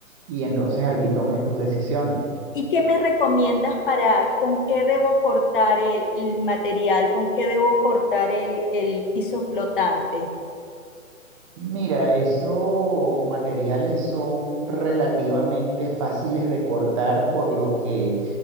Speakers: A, on the right; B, on the left.
A: y entonces allí tomes tus decisiones.
B: ¿Y qué me recomiendas para con qué debo cortar el, el material, con qué debo cortar el el piso flotante?
A: Mira, esos materiales son relativamente fáciles de cortar, por lo que